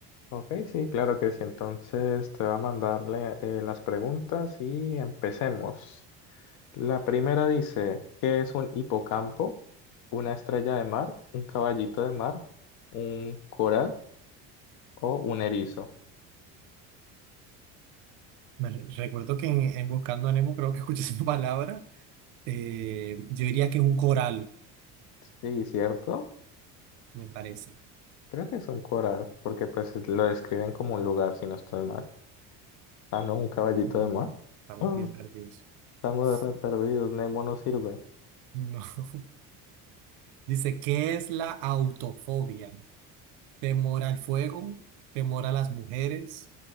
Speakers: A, on the left; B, on the right.
A: Ok, sí, claro que sí. Entonces te va a mandarle eh, las preguntas y empecemos. La primera dice, ¿qué es un hipocampo? ¿Una estrella de mar? ¿Un caballito de mar? ¿Un coral o un erizo?
B: Me re- recuerdo que en, en Buscando a Nemo creo que escuché <laughs> esa palabra. eh, yo diría que es un coral,
A: Sí, ¿cierto?
B: me parece.
A: Creo que es un coral, porque pues lo describen como un lugar, si no estoy mal. Ah, no, un caballito
B: No,
A: de mar.
B: estamos
A: Ah,
B: bien perdidos.
A: estamos re perdidos.
B: <laughs>
A: Nemo no sirve.
B: No. Dice, ¿qué es la autofobia? temor al fuego, temor a las mujeres,